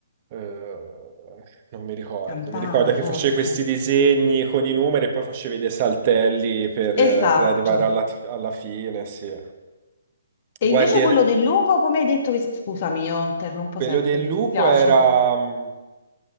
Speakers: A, on the right; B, on the left.
A: Eh, non mi ricordo,
B: Campana,
A: mi ricordo che
B: forse.
A: facevi questi disegni con i numeri e poi facevi dei saltelli per,
B: Esatto.
A: per arrivare alla, alla fine, sì.
B: E
A: Guardi,
B: invece
A: il-
B: quello del lupo, come hai detto che... si- Scusami, io interrompo
A: quello
B: sempre,
A: del
B: mi
A: lupo
B: dispiace.
A: era... mm,